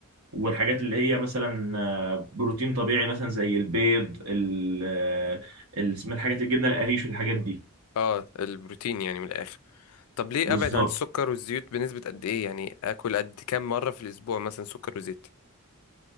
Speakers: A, on the right; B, on the left.
A: والحاجات اللي هي مثلا آه، بروتين طبيعي مثلا زي البيض ال آه، ال- اسمها الحاجات الجبنة القريش والحاجات دي
B: اه البروتين يعني من الاخر طب ليه
A: بالظبط
B: ابعد عن السكر والزيوت بنسبة قد ايه يعني اكل قد كام مرة في الاسبوع مثلا سكر وزيت